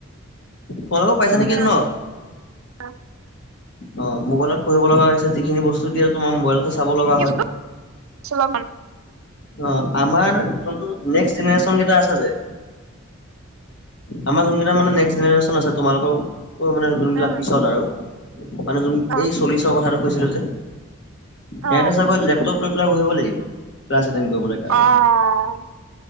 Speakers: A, on the left (about 55°); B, on the right (about 80°).
A: তোমালোকো <unintelligible> পাইছা নেকি
B: উম
A: ন?
B: <inaudible>
A: অ, মোবাইলত পঢ় লগা হৈছে যিখিনি বস্তু দিয়ে তোমাৰ মোবাইল চাব লগা
B: কি
A: হয়।
B: লকডাউন
A: অ' আমাৰ যোনটো নেক্স জেনেৰেশ্যন কেইটা আছে য আমাৰ যোনকেইটা মানে জনেশন আছে, তোমালোকৰ মানে যোনবিলাক
B: উম
A: পিছত আৰু মানে যোন
B: অ
A: এই চল্লিছৰ কথাটো কৈছিলো যে সিহতে
B: অ
A: চাগৈ লেপটপ <unintelligible> লাগিব ক্লাছ এটেণ্ড কৰিবলৈ কাৰণে।
B: অ'।